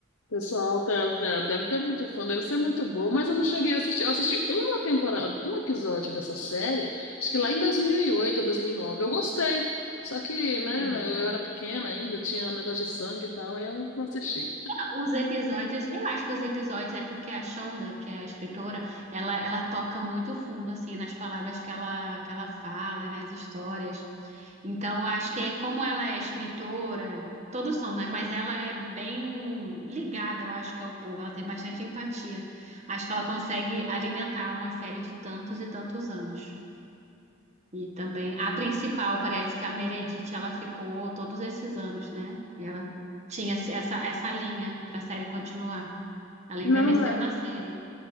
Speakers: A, on the left; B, on the right.
A: Pessoal, tá- tá- deve ter muito fã, deve ser muito boa, mas eu não cheguei a assistir. Eu assisti uma temporada, um episódio dessa série, acho que lá em 2008, 2009. Eu gostei. Só que, né,
B: Sim.
A: eu eu era pequena ainda, tinha negócio de sangue e tal, aí eu não assisti.
B: Ah, Os episódios, eu acho que os episódios é porque a Shonda, que é a escritora, ela, ela toca muito fundo, assim, nas palavras que ela, que ela fala, e nas histórias. Então, eu acho que é como ela é escritora, todos são, né? Mas ela é bem ligada, eu acho que ao povo, ela tem bastante empatia. Acho que ela consegue alimentar uma série de tantos e tantos anos. E também a principal, parece que a Meredith, ela ficou todos esses anos, né? E ela tinha esse- essa, essa linha para a série continuar. Ela envelheceu
A: Não é.
B: na série.